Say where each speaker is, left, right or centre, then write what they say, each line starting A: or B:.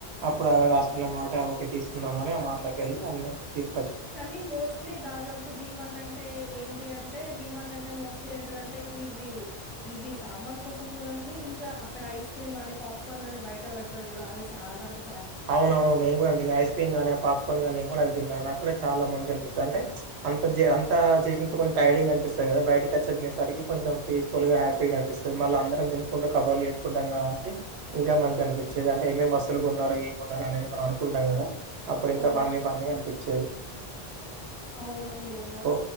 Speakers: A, on the right; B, in the centre.
A: అప్పుడు అవి రాసుకున్నాం కాబట్టి ఆ ఓకె తీసుకుందామని ఆ మాటలకెళ్ళి అన్ని తీసుకు
B: కానీ మోస్ట్లీ దాదాపు డిమార్టంటే ఏంటి అంటే డిమార్ట్ అంటే మోస్ట్లీ ఏంటదంటే ఇవ్వి ఇవి సామాన్ కోసమెగన్నీ ఇంకా అక్కడ ఐస్ క్రీ క్రీమ్ గని పాప్కార్న్ గాని బయట పెడతర్ చూడు అది చాలా అంటి
A: అవును అవును నేను గూడ అండి ఐస్ క్రమ్ గానీ ఆ పాప్కార్న్ గానీ నెను గూడ అవి దిన్ననా కూడా చాలా మంచి గ అనిపిస్తది అంటే అంత జె అంత చేసిన కొంతైడింగ్ అనిపిస్తది కదా బయటకిచ్చి దినేసరికి కొంచెం పీస్ఫుల్ గా హ్యాపీగా కనిపిస్తది మళ్ళ అందరం తినుకుంటూ కబుర్లు చెప్పుకుంటంగాబటి ఇంకా మంచిగ అనిపి చ్చేది అంటే ఏంమేం వస్తులు కొన్నారు ఏం కొన్నారు అనేది మనం అనుకుంటాం కదా అప్పుడింకా
B: అవును
A: ఫన్నీ ఫన్నీ అనిపిచ్చేది
B: అవునండి
A: ఓ